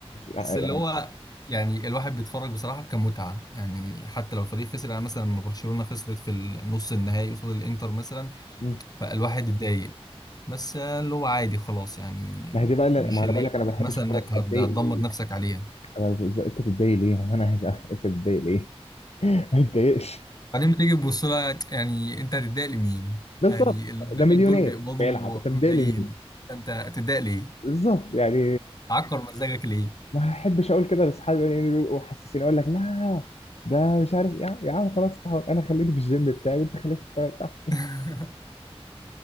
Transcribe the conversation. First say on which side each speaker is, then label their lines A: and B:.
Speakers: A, on the left; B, on the left.
A: بس
B: يعني
A: اللي هو يعني الواحد بيتفرج بصراحة كمتعة يعني حتى لو الفريق خسر يعني مثلا لما برشلونة خسرت في النص النهائي قصاد الانتر مثلا
B: مم.
A: فالواحد اتضايق بس آه، اللي هو عادي خلاص يعني
B: ما
A: آه،
B: هي دي بقى اللي-
A: مش
B: ما انا
A: اللي
B: بقول لك
A: هي
B: انا
A: حاجة
B: ما بحبش
A: مثلا
B: الكوره
A: انك هت-
B: اتضايق
A: هتدمر
B: ليه؟
A: نفسك عليها
B: أنا بز- انت تتضايق ليه؟ ما هو انا عايز أفهم انت تتضايق ليه؟ <laughs> ما تتضايقش
A: بعدين تيجي تبص لها يعني انت هتتضايق لمين؟
B: بالظبط
A: يعني اللي قدامك
B: ده مليونير
A: دول بيقبضوا
B: بيلعب انت متضايق
A: ملايين
B: لمين؟
A: انت هتتضايق ليه؟
B: بالظبط يعني
A: تعكر مزاجك ليه؟
B: ما احبش اقول كده لاصحابي يعني بيبقوا حاسسين اقول لك لا ده مش عارف يا يا عم خلاص تعال، انا خليني في الجيم بتاعي وانت خليك في الكوره بتاعتك
A: <laughs>